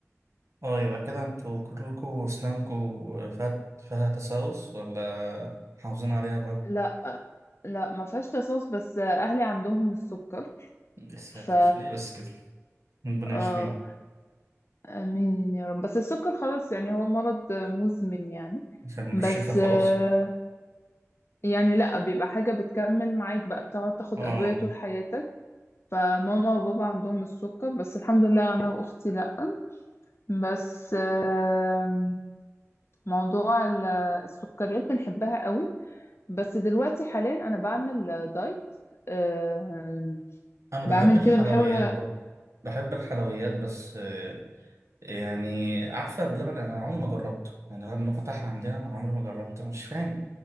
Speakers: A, on the right; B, on the left.
A: آه، يبقى كده انتوا كلكوا أسنانكوا فيها فيها تسوس ولا محافظين عليها بقى؟
B: لا لا ما فيهاش تصاص بس آه، اهلي عندهم السكر
A: يا ساتر
B: ف
A: ليه بس كده؟ ربنا
B: اه
A: يشفيه
B: امين يا رب بس السكر خلاص يعني هو مرض آه، مزمن يعني
A: عشان ملوش
B: بس
A: شفا خلاص؟
B: آه، يعني لا بيبقى حاجة بتكمل معاك بقى بتقعد تاخد
A: آه
B: أدوية طول حياتك فماما وبابا عندهم السكر بس الحمد لله أنا وأختي لا بس آم، موضوع ال- السكريات بنحبها قوي بس دلوقتي حاليا أنا بعمل دايت آم،
A: أنا
B: بعمل
A: بحب الحلويات
B: كده بحاول
A: برضه بحب الحلويات بس يعني عارفة بلبن أنا عمري ما جربته يعني رغم إنه فتح عندنا أنا عمري ما جربته أنا مش فاهم